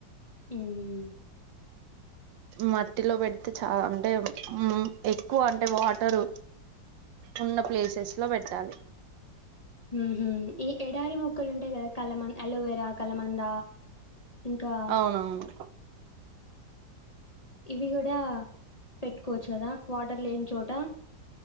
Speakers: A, on the left; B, on the right.
A: ఉమ్మ్
B: మట్టిలో పెడితే చాలా అంటే ఎక్కువ అంటే వాటరు ఉన్న ప్లేసెస్ లో పెట్టాలి
A: ఉహు ఈ ఎడారి మొక్కలు ఉంటయి కదా కలమం అలోవేరా కలమంద ఇంకా
B: అవునవును
A: ఇవి కూడా పెట్టుకోవచ్చు కదా వాటర్ లేని చోట